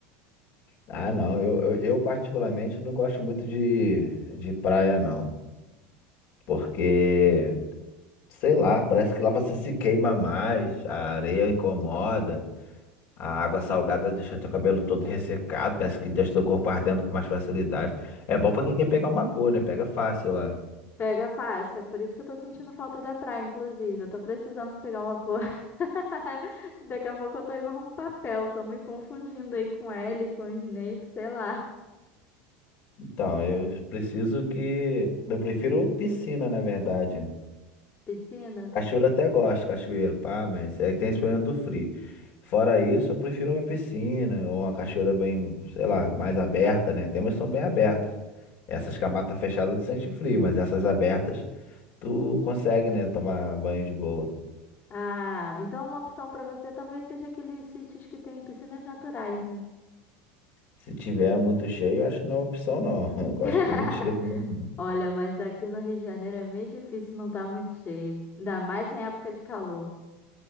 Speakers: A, on the left; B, on the left.
A: Ah, não. Eu, eu, eu particularmente não gosto muito de, de praia, não. Porque, sei lá, parece que lá você se queima mais, a areia incomoda, a água salgada deixa teu cabelo todo ressecado, parece que deixa teu corpo ardendo com mais facilidade. É bom pra quem quer pegar uma cor, né? Pega fácil lá.
B: pega fácil. É por isso que eu tô sentindo falta da praia, inclusive. Eu tô precisando pegar uma cor. <laughs> Daqui a pouco eu tô igual um papel, tô me confundindo aí com L, com Snape, sei lá.
A: Então, eu preciso que. Eu prefiro piscina, na verdade.
B: Piscina.
A: Cachoeira eu até gosto, cachoeira, pá, mas é que tem esse problema do frio. Fora isso, eu prefiro uma piscina ou uma cachoeira bem, sei lá, mais aberta, né? Tem umas que são bem abertas. Essas com a mata fechada tu sente frio, mas essas abertas tu consegue, né, tomar banho de boa.
B: Ah, então uma opção pra você talvez seja aqueles sítios que tem piscinas naturais, né?
A: Se tiver muito cheio, eu acho que não é opção, não. <laughs> Eu gosto
B: <laughs>
A: de muito cheio também. não.
B: Olha, mas aqui no Rio de Janeiro é meio difícil não estar muito cheio. Ainda mais em época de calor.